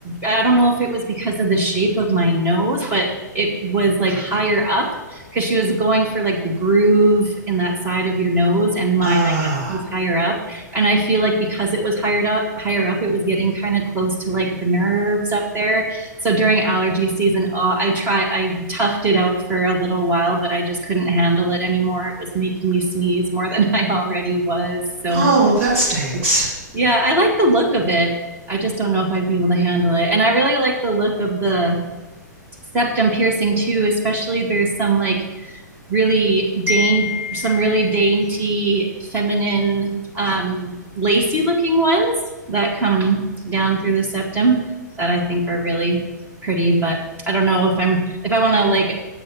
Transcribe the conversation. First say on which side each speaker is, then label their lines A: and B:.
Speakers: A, on the right; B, on the right.
A: I don't know if it was because of the shape of my nose, but it was like higher up because she was going for like the groove in that side of your nose. And mine,
B: Uh,
A: I guess, was higher up. And I feel like because it was higher up, higher up, it was getting kind of close to like the nerves up there. So during allergy season, oh, I try I toughed it out for a little while, but I just couldn't handle it anymore. It was making me sneeze more <laughs> than I already was. So
B: oh, that stinks.
A: yeah, I like the look of it. I just don't know if I'd be able to handle it. And I really like the look of the septum piercing too, especially there's some like really dainty, some really dainty, feminine, um, lacy looking ones that come down through the septum that I think are really pretty. But I don't know if I'm, if I want to like